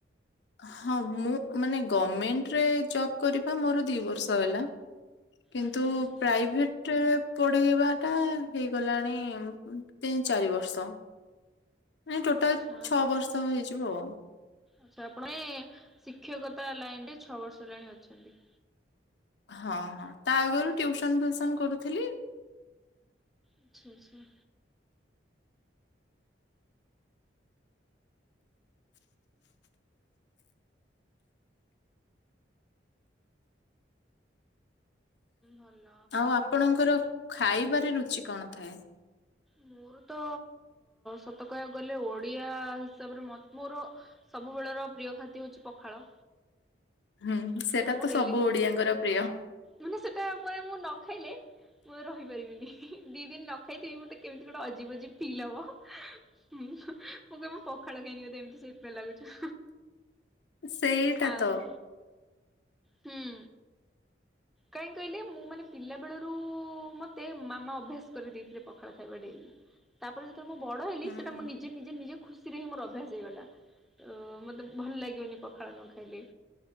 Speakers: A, on the left (about 65°); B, in the centre.
A: ହଁ ମୁଁ ମାନେ ଗଭମେଣ୍ଟରେ ଜବ କରିବା ମୋର ଦି ବର୍ଷ ହେଲା। କିନ୍ତୁ
B: ଆଚ୍ଛା ଆଚ୍ଛା
A: ପ୍ରାଇଭେଟ ଟ ପଢ଼େଇବାଟା ହେଇଗଲାଣି ତିନି ଚାରି ବର୍ଷ। ମାନେ ଟୋଟାଲ
B: ଆଚ୍ଛା
A: ଛଅ ବର୍ଷ ହେଇଯିବ ଆଉ
B: ଆଛା ଆପଣ ଶିକ୍ଷକତା ଲାଇନ ରେ ଛଅ ବର୍ଷ ହେଲାଣି ଅଛନ୍ତି।
A: ହଁ ହଁ ତା ଆଗରୁ ଟୁସନ ଫ୍ୟୁସନ କରୁଥିଲି।
B: ଆଚ୍ଛା ଆଚ୍ଛା। ଭଲ
A: ଆଉ ଆପଣଙ୍କର ଖାଇବାରେ ରୁଚି କଣ ଥାଏ?
B: ମୋର ତ ସତ କହିବାକୁ ଗଲେ ଓଡିଆ ହିସାବରେ ମ ମୋର ସବୁବେଳର ପ୍ରିୟ ଖାଦ୍ୟ ହଉଛି ପଖାଳ।
A: ହୁଁ ସେଟା
B: ସେଇଟା ମୁଁ
A: ତ
B: ଡେଲି
A: ସବୁ
B: ଖାଏ
A: ଓଡିଆଙ୍କର ପ୍ରିୟ।
B: ମାନେ ସେଟା ମନେ ମୁଁ ନ ଖାଇଲେ ମୁଁ ରହିପାରିବିନି ଦି ଦିନ ନ ଖାଇଥିବି ମତେ କେମିତି ଗୋଟେ ଅଜିବ ଅଜିବ ଫିଲ୍ ହବ ମୁଁ <unintelligible> ପଖାଳ ଖାଇକି ବୋଧେ ଏମିତି ସେ ଲାଗୁଛ
A: ସେଇଟା
B: ଆଉ
A: ତ
B: ହୁଁ। କାଇ କହିଲେ ମୁଁ ମାନେ ପିଲା ବେଳରୁ ମତେ ମାମା ଅଭ୍ୟାସ କରିଦେଇଥିଲେ ପଖାଳ ଖାଇବା ଡେଲି। ତାପରେ ଯେତେବେଳେ ମୁଁ ବଡ ହେଲି
A: ହୁଁ
B: ସେଇଟା ମୁଁ ନିଜେ ନିଜେ ନିଜେ ଖୁସି ରେ ହିଁ ମୋର ଅଭ୍ୟାସ ହେଇଗଲା। ଅ ମତେ ଭଲ ଲାଗେନି ପଖାଳ ନ ଖାଇଲେ।